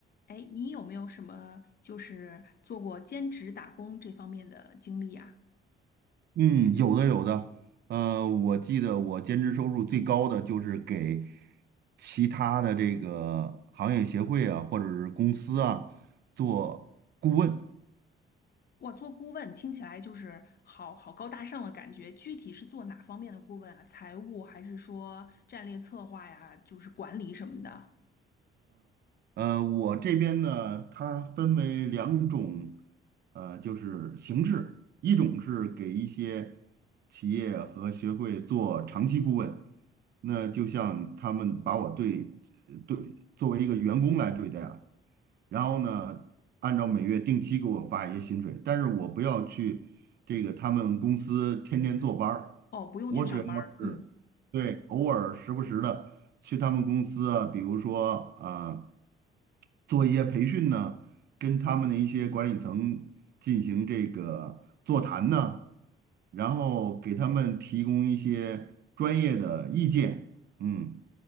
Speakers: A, on the left; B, on the right.
A: 哎，你有没有什么就是做过兼职打工这方面的经历啊？
B: 嗯，有的有的，呃，我记得我兼职收入最高的就是给其他的这个行业协会啊，或者是公司啊做顾问，
A: 哇，做顾问听起来就是好好高大上的感觉，具体是做哪方面的顾问啊？财务还是说战略策划呀？就是管理什么的？
B: 呃，我这边呢，它分为两种，呃，就是形式，一种是给一些企业和协会做长期顾问，那就像他们把我对对作为一个员工来对待啊，然后呢，按照每月定期给我发一些薪水，但是我不要去这个他们公司天天坐班儿，
A: 哦，不用去上班儿，
B: 我只要是对偶尔时不时的去他们公司啊，
A: 嗯，
B: 比如说啊。呃做一些培训呢，跟他们的一些管理层进行这个座谈呢，然后给他们提供一些专业的意见，嗯，